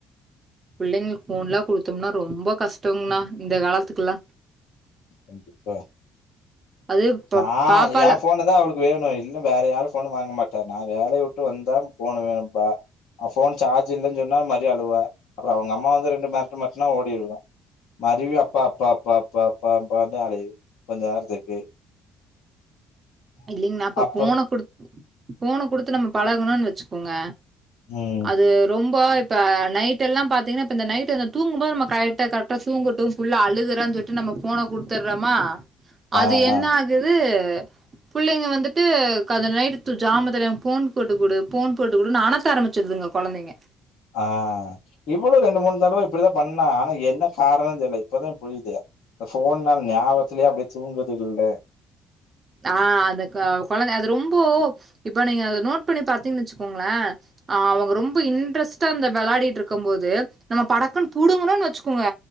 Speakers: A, on the right; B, on the left.
A: புள்ளைங்ளுக்கு போன்ல்லா குடுத்தோம்னா ரொம்ப கஷ்டோங்னா இந்த காலத்துக்குல்லா
B: கண்டிப்பா
A: அது இப்ப
B: நா
A: பாப்பால
B: எ போனதா அவளுக் வேணு இல்லன்ன வேற யாரு போனு வாங்க மாட்ட நா வேலைய விட்டு வந்தா போன் வேணும்பா அ போன் சார்ஜ் இல்லன்னு சொன்னா மாரி அலுவா அம்மா வந்து ரெண்டு மெரட்டு மெரட்னா ஓடிடுவ மருவி அப்பா அப்பா அப்பா அப்பா அப்பா அப்பாந்தா அழையு கொஞ்சநேரத்துக்கு செ
A: இல்லிங்ண்ணா அப்ப
B: அப்றோ
A: போன குடு போன குடுத்து நம்ம பழகுணோன்னு வச்சுக்கோங்க
B: ம்
A: அது ரொம்ப இப் ப நைட் எல்லா பாத்திங்ன்னாஇப்ப நைட்டு இந்த தூக்கும்போது நம்ம கரைட் கரைட்டா தூக்கட்டு புல்ல அழுக்குற சொ ல்லிட்டு நம்ம போன குடுத்துற்றோமா அது
B: ஆ
A: என்ன
B: ஆ
A: ஆகுது புள்ளைங்க வந்துட்டு க அந்த நைட் தூ ஜாமத்துல போன் போட்டுகுடு போன் குடுன்னு அணத்த ஆரம்பிச்சுடுதுங்க கொழந்தைங்க
B: ஆ இவளு ரெண்டு மூணு தடவ இப்டிதா பண்ணா ஆனா என்ன காரணோ தெரில இப்பதா புரிது போன் நாள் ஞாபகத்துலியே அப்டியே தூங்குதுக்குல்ல
A: அ அது கொழந்தை அது ரொம்ப இப்ப நீங்க நோட் பண்ணி பாத்நிங்கன்னு வச்சுக்கோங்ளே அ அவுங்க ரொம்ப இன்ட்ரெஸ்டா அந்த வெளாடிட்டு இருக்கு போது நம்ம படக்கன்னு புடுங்குனோம்ன்னு வச்சுக்கோங்க